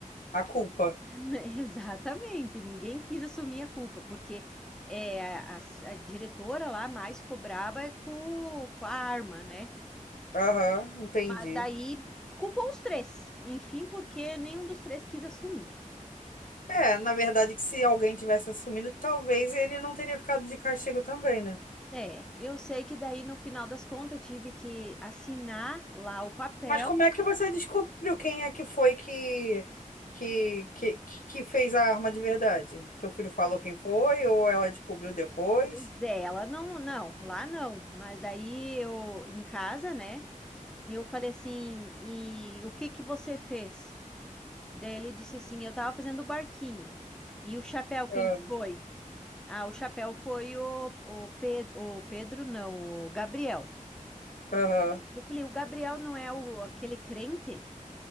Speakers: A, on the left (about 80°); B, in the centre.
A: A culpa.
B: <laughs> Exatamente, ninguém quis assumir a culpa, porque é, a, a- a diretora lá mais ficou braba com, com a arma, né?
A: Aham, entendi.
B: Mas daí culpou os três, enfim, porque nenhum dos três quis assumir.
A: É, na verdade, que se alguém tivesse assumido, talvez ele não teria ficado de castigo também, né?
B: É, eu sei que daí no final das contas eu tive que assinar lá o papel,
A: Mas como é que você descobriu quem é que foi que, que, que, que fez a arma de verdade? Teu filho falou quem foi ou ela descobriu depois?
B: pois é, ela não, não, lá não, mas daí eu em casa, né? Eu falei assim, e o que que você fez? Daí ele disse assim: Eu tava fazendo o barquinho. E o chapéu, quem
A: Ah,
B: que foi? Ah, o chapéu foi o, o Pedro, o Pedro, não, o Gabriel.
A: Aham,
B: Eu falei: O Gabriel não é o, aquele crente,